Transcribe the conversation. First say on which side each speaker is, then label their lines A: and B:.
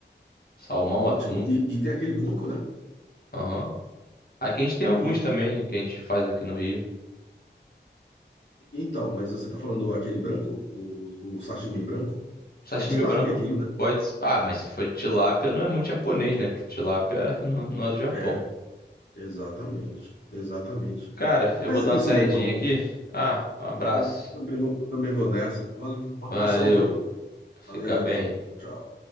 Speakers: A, on the left; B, on the left.
A: Salmão,
B: Ótimo.
A: atum.
B: E, e tem aquele branco, né?
A: Aham. Aqui a gente tem alguns
B: Que,
A: também
B: que-
A: né, que a gente faz aqui no Rio.
B: Então, mas você tá falando aquele branco? O, o sashimi branco?
A: Sashimi
B: É tilápia
A: branco
B: aquilo, né?
A: pode. Ah, mas se for de tilápia, não é muito japonês, né? Que tilápia <laughs> não, não é do Japão.
B: É, exatamente. Exatamente.
A: Cara, eu
B: Mas
A: vou dar
B: é
A: uma
B: isso,
A: saidinha
B: meu irmão.
A: aqui. Ah, um abraço.
B: É, também vou, também vou nessa. Valeu. Um abração,
A: Valeu.
B: viu?
A: Fica
B: Valeu.
A: bem.
B: Tchau, tchau.